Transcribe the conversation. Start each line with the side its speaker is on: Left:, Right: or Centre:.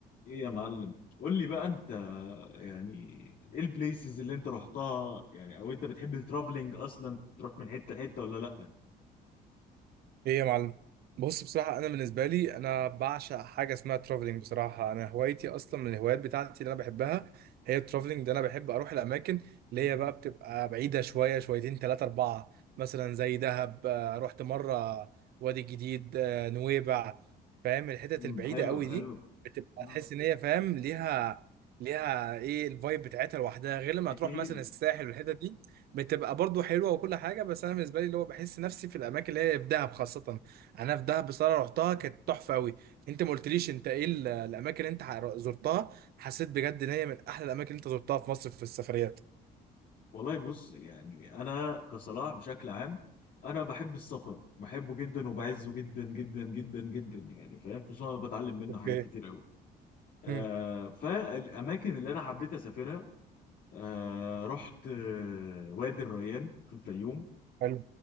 Left: ايه يا معلم قول لي بقى انت يعني ايه البليسز اللي انت رحتها يعني او انت بتحب الترافلينج اصلا تروح من حته لحته ولا لا
Right: ايه يا معلم بص بصراحة أنا بالنسبة لي أنا بعشق حاجة اسمها ترافلينج بصراحة أنا هوايتي أصلا من الهوايات بتاعتي اللي أنا بحبها هي الترافلينج ده أنا بحب أروح الأماكن
Left: مهم.
Right: اللي هي بقى بتبقى بعيدة شوية شويتين تلاتة أربعة مثلا زي دهب آه، رحت مرة وادي الجديد آه، نويبع فاهم الحتت
Left: امم
Right: البعيدة
Left: حلو
Right: قوي دي
Left: حلو
Right: بتبقى
Left: امم
Right: تحس إن هي فاهم ليها ليها إيه الفايب بتاعتها لوحدها غير لما
Left: اكيد
Right: تروح مثلا الساحل والحتت دي بتبقى برضو حلوه وكل حاجه بس انا بالنسبه لي اللي هو بحس نفسي في الاماكن اللي هي في دهب خاصه انا في دهب بصراحه رحتها كانت تحفه قوي انت ما قلتليش انت ايه ال- الاماكن اللي انت ح- زرتها حسيت بجد ان هي من احلى الاماكن اللي انت زرتها في مصر في السفريات
Left: والله بص يعني انا كصلاح بشكل عام انا بحب السفر بحبه جدا وبعزه جدا جدا جدا جدا يعني فاهم خصوصا انا بتعلم منه
Right: اوكي
Left: حاجات كتير قوي آه
Right: امم
Left: فالاماكن اللي انا حبيت اسافرها آه رحت آه، وادي الريان في الفيوم
Right: حلو